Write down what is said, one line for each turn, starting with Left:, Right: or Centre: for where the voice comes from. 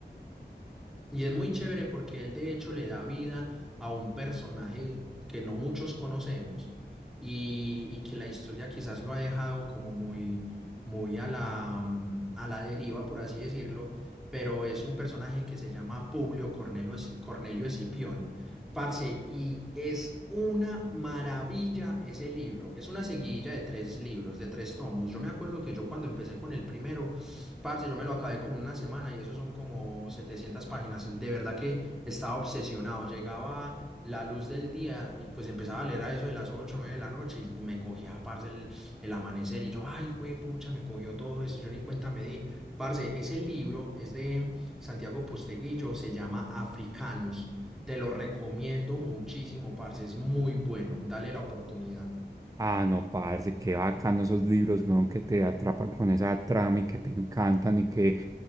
Centre: Y es muy chévere porque él de hecho le da vida a un personaje que no muchos conocemos y, y que la historia quizás lo ha dejado como muy, muy a la, mm, a la deriva, por así decirlo, pero es un personaje que se llama Publio Cornelio, Esci- Cornelio Escipión. Parce, y es una maravilla ese libro. Es una seguidilla de tres libros, de tres tomos. Yo me acuerdo que yo cuando empecé con el primero, Parce, yo me lo acabé como en una semana y eso son como 700 páginas. De verdad que estaba obsesionado. Llegaba la luz del día y pues empezaba a leer a eso de las 8, 9 de la noche y me cogía, parce, el, el amanecer y yo, ay, güey, pucha, me cogió todo esto. Yo ni cuenta me di. Parce, ese libro es de Santiago Posteguillo, se llama Africanus. Te lo recomiendo muchísimo, parce, es muy bueno. Dale la oportunidad.
Right: Ah, no, parce, qué bacano esos libros, weón, que te atrapan con esa trama y que te encantan y que